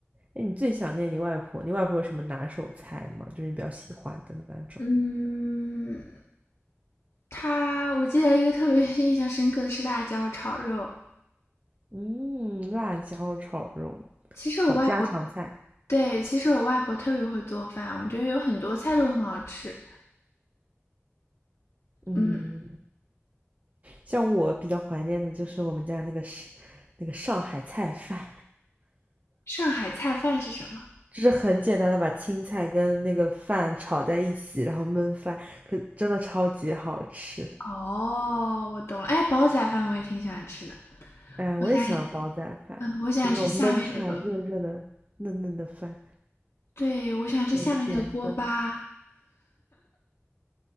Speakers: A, on the right; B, on the left.
A: 哎，你最想念你外婆？你外婆有什么拿手菜吗？就是你比较喜欢的那种？
B: 嗯，她我记得一个特别 <laughs> 印象深刻的是辣椒炒肉。
A: 嗯，辣椒炒肉，
B: 其实我外婆，
A: 好家常菜。
B: 对，其实我外婆特别会做饭，我觉得有很多菜都很好吃。
A: 嗯，
B: 嗯，
A: 像我比较怀念的就是我们家那个是那个上海菜饭，
B: 上海菜饭是什么？
A: 就是很简单的把青菜跟那个饭炒在一起，然后焖饭，可真的超级好吃。
B: 哦，我懂了。哎，煲仔饭我也挺喜欢吃的，
A: 哎，我也喜欢煲仔饭，
B: 我想，嗯，我想吃下面那个，
A: 就那种焖出来热热的、嫩嫩的饭，
B: 对，我想吃下面那个锅巴。
A: 甜甜的。